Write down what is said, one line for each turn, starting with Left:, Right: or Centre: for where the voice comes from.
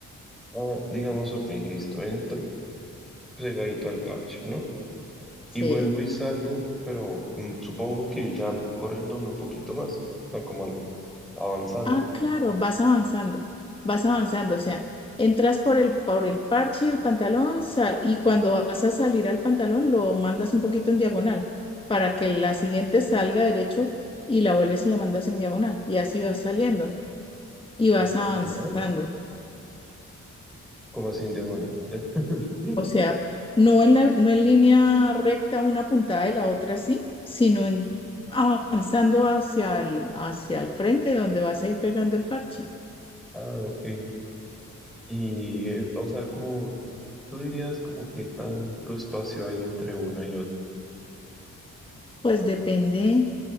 Centre: ah, digamos, ok, listo, entro pegadito al parche, ¿no?
Left: Sí.
Centre: Y vuelvo y salgo, pero mm, supongo que ya corriéndome un poquito más, o sea, como al- avanzando.
Left: Ah, claro, vas avanzando, vas avanzando, o sea, entras por el, por el parche del pantalón sal, y cuando vas a salir al pantalón lo mandas un poquito en diagonal para que la siguiente salga derecho y la vuelves y la mandas en diagonal y así vas saliendo y
Centre: ¿En
Left: vas
Centre: diagonal?
Left: avanzando.
Centre: Como así en diagonal? <laughs>
Left: O sea, no en la, no en línea recta una puntada de la otra sí, sino en, avanzando hacia el, hacia el frente donde vas a ir pegando el parche.
Centre: Ah, ok. Y, eh, o sea, como tú dirías como que tanto espacio hay entre una y otra.
Left: Pues depende.